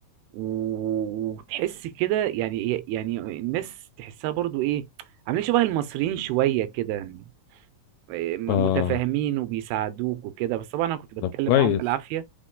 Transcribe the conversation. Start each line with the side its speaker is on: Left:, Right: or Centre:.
Right: و- وتحس كده يعني يعني الناس تحسها برضو ايه عاملين شبه المصريين شوية كده يعني إيه، م-
Left: اه
Right: متفاهمين وبيساعدوك وكده بس طبعا انا كنت بتكلم
Left: طب كويس
Right: معاهم بالعافية